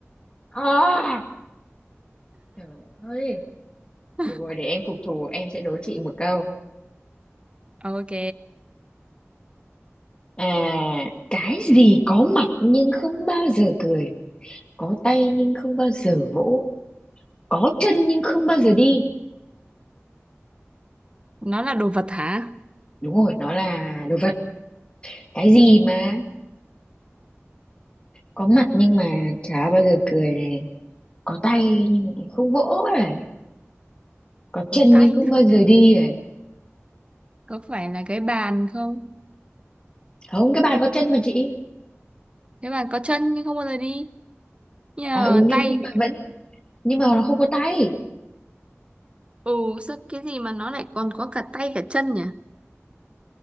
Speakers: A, on the left; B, on the right.
A: À! Trời ơi,
B: <laughs>
A: được rồi để em phục thù em sẽ đố chị một câu.
B: Ok,
A: À, cái gì có mặt nhưng không bao giờ cười, có tay nhưng không bao giờ vỗ, có chân nhưng không bao giờ đi.
B: nó là đồ vật hả?
A: Đúng rồi, nó là đồ vật. Cái gì mà có mặt nhưng mà chả bao giờ cười này, có tay nhưng mà không vỗ này, có
B: Đồ
A: chân
B: tay.
A: nhưng không bao giờ đi này.
B: Có phải là cái bàn không?
A: Không, cái bàn có chân mà chị.
B: Cái bàn có chân nhưng không bao giờ đi. Nhờ
A: À ừ nhưng,
B: tay.
A: nhưng mà vẫn nhưng mà nó không có tay.
B: Ừ, sao cái gì mà nó lại còn có cả tay cả chân nhỉ?